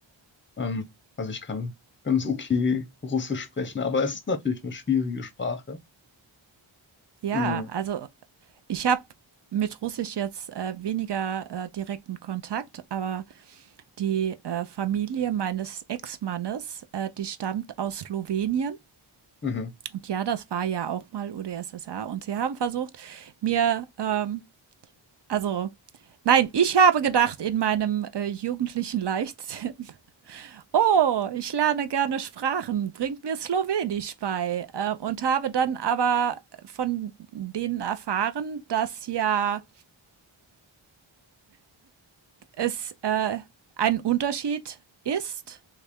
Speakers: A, on the left; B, on the right.
A: Ähm, also ich kann ganz okay Russisch sprechen, aber es ist natürlich eine schwierige Sprache.
B: Ja,
A: Mm,
B: also, ich habe mit Russisch jetzt, äh, weniger, äh, direkten Kontakt, aber Die, äh, Familie meines Ex-Mannes, äh, die stammt aus Slowenien.
A: Mhm,
B: Und ja, das war ja auch mal U d S S R. Und sie haben versucht, mir, ähm also, nein, ich habe gedacht in meinem, äh, jugendlichen Leichtsinn: <laughs> „Oh, ich lerne gerne Sprachen, bringt mir Slowenisch bei.“ Äh, und habe dann aber von denen erfahren, dass ja es äh, ein Unterschied ist,